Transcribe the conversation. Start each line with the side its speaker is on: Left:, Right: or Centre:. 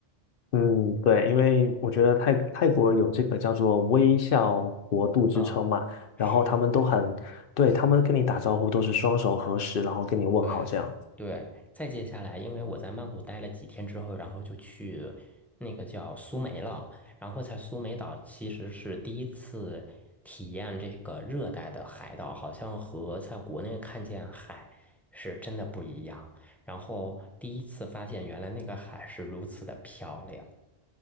Left: 嗯，对，因为我觉得泰泰国有这个叫做微笑国度之称嘛，
Centre: 啊，
Left: 然后他们都很，
Centre: 是。
Left: 对，他们跟你打招呼都是双手合十，然后跟你问好这样。
Centre: 对。对，再接下来，因为我在曼谷待了几天之后，然后就去那个叫苏梅了，然后在苏梅岛其实是第一次体验这个热带的海岛，好像和在国内看见海是真的不一样。然后第一次发现原来那个海是如此的漂亮。